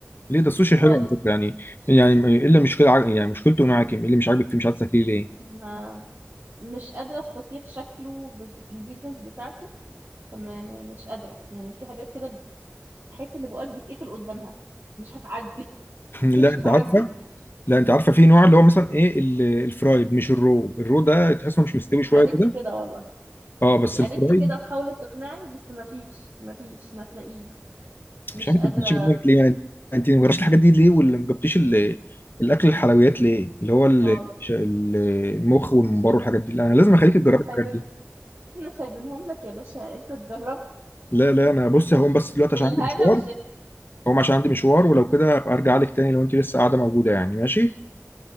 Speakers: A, on the left; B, on the right.
A: ليه ده السوشي
B: خالص
A: حلو على فكره يعني يعني ايه اللي مشكله ع- يعني مشكلته معاكي ايه اللي مش عاجبك فيه مش عايز تاكليه ليه
B: ما مش قادرة استصيغ شكله بالانجريدينتس بتاعته طب ما- ما- مش قادرة يعني في حاجات كده بتحس ان بقك بيتقفل قدامها مش هتعدي <laughs>
A: <laughs> لا
B: انت مش
A: انت
B: هتعدي
A: عارفه لا انت عارفه في نوع اللي هو مثلا ايه ال- الفرايد مش الرو الرو ده تحس انه مش
B: بس
A: مستوي شويه
B: قالت
A: كده
B: لي كده والله
A: اه بس
B: بس قالت
A: الفرايد
B: لي كده وحاولت تقنعني بس ما فيش ما فيش ما تلاقيش مش
A: مش عارف
B: قادرة
A: انت بتشوف دماغك ليه يعني انت ما جربتش الحاجات دي ليه ولا ما جبتيش ال- الاكل الحلويات ليه اللي هو ال-
B: خالص
A: ش- ال- المخ والممبار والحاجات دي لا انا لازم اخليك تجربي
B: احنا سايبين
A: الحاجات دي
B: احنا سايبينهم لك يا باشا انت تجرب
A: لا لا انا بص هقوم بس دلوقتي
B: بالهنا
A: عشان عندي مشوار
B: والشفا
A: هقوم عشان عندي مشوار ولو كده ابقى ارجع لك تاني لو انت لسه قاعده موجوده يعني ماشي